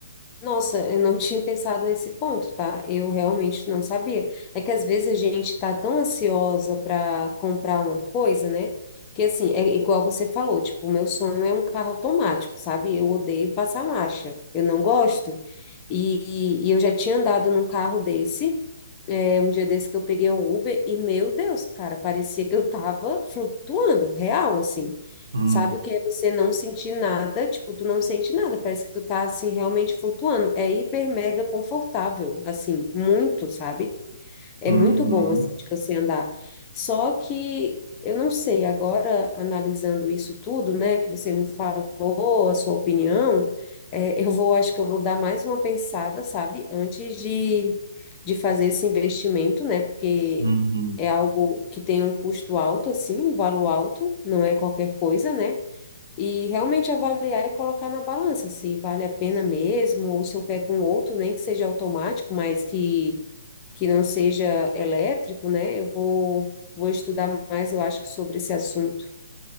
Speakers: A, on the left; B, on the right.
A: Nossa, eu não tinha pensado nesse ponto, tá? Eu realmente não sabia. É que às vezes a gente tá tão ansiosa para comprar uma coisa, né? Que assim, é igual você falou, tipo, o meu sonho é um carro automático, sabe? Eu odeio passar marcha, eu não gosto. E, e eu já tinha andado num carro desse, é, um dia desse que eu peguei um Uber e, meu Deus, cara, parecia que eu tava flutuando, real, assim.
B: Hum,
A: Sabe o que é você não sentir nada? Tipo, tu não sente nada, parece que tu tá, assim, realmente flutuando. É hiper mega confortável, assim, muito, sabe? É
B: uhum,
A: muito bom, assim, de você andar. Só que eu não sei, agora analisando isso tudo, né, que você me falou, a sua opinião, é, eu vou, acho que eu vou dar mais uma pensada, sabe, antes de, de fazer esse investimento, né, porque
B: uhum.
A: é algo que tem um custo alto, assim, um valor alto, não é qualquer coisa, né? e realmente avaliar e colocar na balança se vale a pena mesmo, ou se eu pego um outro, nem que seja automático, mas que, que não seja elétrico, né? Eu vou, vou estudar mais, eu acho, que sobre esse assunto.